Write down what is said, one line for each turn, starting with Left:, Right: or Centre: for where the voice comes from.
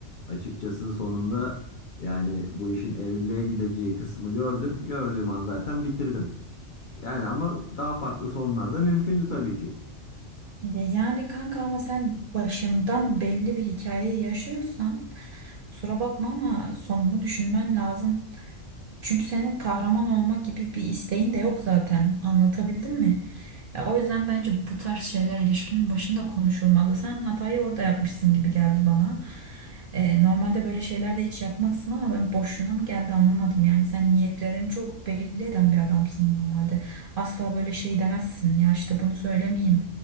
Left: Açıkçası sonunda yani bu işin evliliğe gideceği kısmı gördüm. Gördüğüm an zaten bitirdim. Yani ama daha farklı sonlar da mümkündü tabii ki.
Right: Ya yani kanka ama sen başından belli bir hikayeyi yaşıyorsan kusura bakma ama sonunu düşünmen lazım. Çünkü senin kahraman olma gibi bir isteğin de yok zaten. Anlatabildim mi? Ya o yüzden bence bu tarz şeyler ilişkinin başında konuşulmalı. Sen hatayı orada yapmışsın gibi geldi bana. Ee, normalde böyle şeyler de hiç yapmazsın ama ben boşluğuna mı geldi anlamadım. Yani sen niyetlerini çok belli eden bir adamsın normalde. Asla böyle şey demezsin. Ya işte bunu söylemeyeyim,